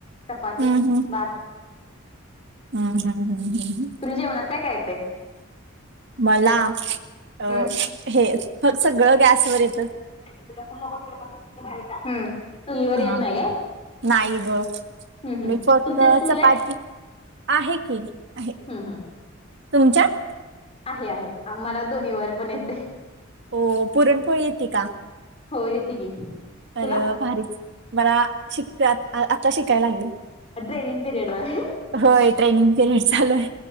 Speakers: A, on the left; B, on the right.
A: चपाती
B: हम्म हम्म
A: भात
B: हम्म हम्म हम्म हम्म!
A: तुला जेवणात काय काय येते
B: मला अ
A: हम्
B: हे फक् सगळं गॅसवर ये
A: <unintelligible>
B: हा
A: येत नाही का
B: नाही ग
A: हम् हम्
B: मी फक्त
A: तुमच्यात चूल
B: चपाती
A: आहे
B: आहे की आहे,
A: हम् हम्
B: तुमच्यात?
A: आहे आहे आम्हाला दोन्ही वर पण येत.
B: हो, पुरणपोळी येती का?
A: हो, येती की?
B: अरे
A: तुला
B: वा भारीच, मला शिकते आ आत्ता शिकायला लागले.
A: ट्रेनिंग पिरियड वर
B: होय, ट्रेनिंग पिरियड चालूय.